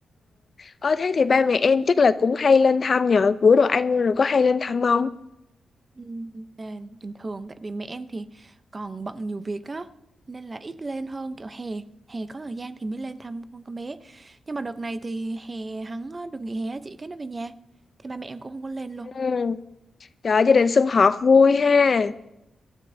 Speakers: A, on the left (about 45°); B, on the right (about 35°).
A: Ơ, thế thì ba mẹ em chắc là cũng hay lên thăm nhờ bữa đồ ăn rồi có hay lên thăm không
B: Ừ, bình thường tại vì mẹ em thì còn bận nhiều việc á nên là ít lên hơn kiểu hè hè có thời gian thì mới lên thăm con con bé nhưng mà đợt này thì hè hắn ờ, được nghỉ hè á chị cái nó về nhà thì ba mẹ em cũng không có lên luôn
A: ừ. Trời, gia đình sum họp vui ha.